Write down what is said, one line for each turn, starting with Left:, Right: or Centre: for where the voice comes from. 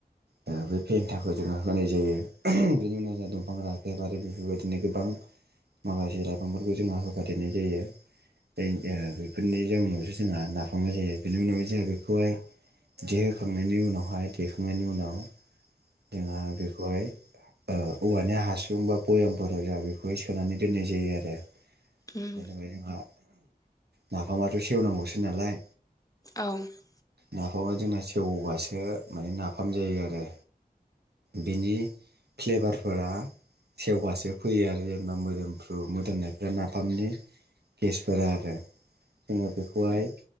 Right: ओ बे फेन्थाखौ जोंङो होनाय जायो बेनि उनाव दंफां राखेब आरो बेफोरबायदि बिनो गोबां माखासे लाइफांफोर बेफोरखौ जोंहा होफादेरनाय जायो <inaudible> बेफोरनि जाउनावसो जोंहा नाफामा जायो बेनि उनावहाय जोंहा बेखौहाय देहोखांनायनि उनावहाय देखांनायनि उनाव जोंहा बेखौहाय ओ औवानि हासुं बा बयामफोराव जोंहा बेखौहाय सोनानै दोननाय जायो आरो।
Left: उम
Right: जेनेबाय जोंहा नाफामाथ' सेवनांगौसो नालाय
Left: औ उम
Right: ना फामा जोंना सेवबासो मानि नाफाम जायो आरो, बिनि फ्लेभारफोरा सेवबासो फैयो आरो जेनेबा मोदोमफ्रु मोदोमनाय नाफामनि गेसफोरा आरो, जोंङो बेखौहाय